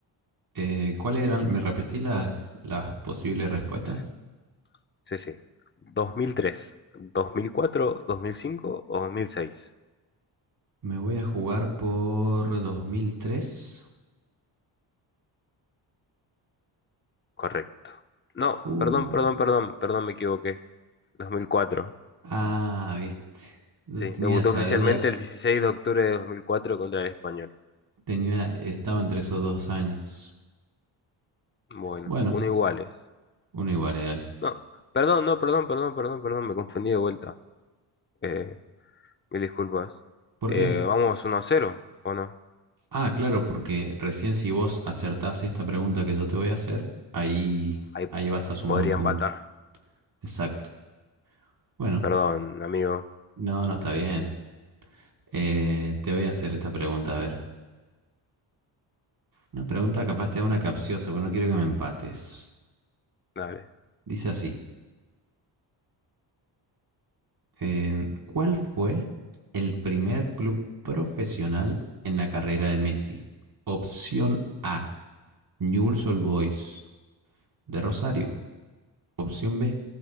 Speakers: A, on the right (about 50°); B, on the left (about 25°).
A: Eh, ¿cuáles eran? ¿Me repetí las, las posibles respuestas?
B: Sí, sí. sí. 2003, 2004, 2005 o 2006.
A: Me voy a jugar por 2003.
B: Correcto. No,
A: Uh,
B: perdón, perdón, perdón, perdón, me equivoqué. 2004.
A: ah, viste. Yo
B: Sí,
A: tenía
B: debutó
A: esa
B: oficialmente
A: duda.
B: el 16 de octubre de 2004 contra el Español.
A: Tenía, estaba entre esos dos años.
B: Bueno,
A: Bueno,
B: uno iguales.
A: uno igual, eh, dale.
B: No, perdón, no, perdón, perdón, perdón, perdón, me confundí de vuelta. Eh, mil disculpas.
A: ¿Por
B: Eh,
A: qué?
B: vamos uno a cero ¿o no?
A: Ah, claro, porque recién si vos acertás esta pregunta que yo te voy a hacer, ahí,
B: Ahí
A: ahí vas a sumar
B: podría
A: un punto.
B: empatar.
A: Exacto. Bueno,
B: Perdón, amigo.
A: no, no está bien. Eh, te voy a hacer esta pregunta, a ver. Una pregunta capaz te da una capciosa, pero no quiero que me empates.
B: Dale.
A: Dice así. Em, ¿cuál fue el primer club profesional en la carrera de Messi? Opción A, Newell's Old Boys de Rosario. Opción B,